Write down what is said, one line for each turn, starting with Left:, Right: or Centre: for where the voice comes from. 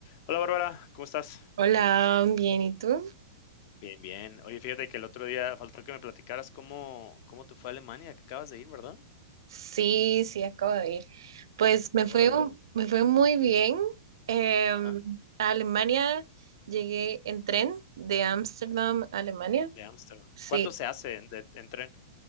Left: Hola Bárbara, ¿cómo estás?
Right: Hola, bien, ¿y tú?
Left: Bien, bien. Oye, fíjate que el otro día faltó que me platicaras cómo, cómo te fue a Alemania, que acabas de ir, ¿verdad?
Right: Sí, sí, acabo de ir. Pues me
Left: Órale,
Right: fue, un- me fue muy bien. Em,
Left: ajá,
Right: a Alemania llegué en tren de Ámsterdam a Alemania.
Left: de Ámsterdam.
Right: Sí,
Left: ¿Cuánto se hace en, de- en tren?